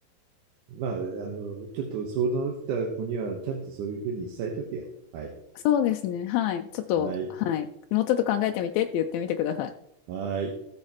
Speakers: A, on the right (about 70°); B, on the left (about 85°).
A: まあ、あの、ちょっと相談を受けた子には、ちゃんとそういうふうに伝えとくよ。はい。
B: そうですね。はい。ちょっと、
A: はい。
B: はい。もうちょっと考えてみてって言ってみてください。
A: はい。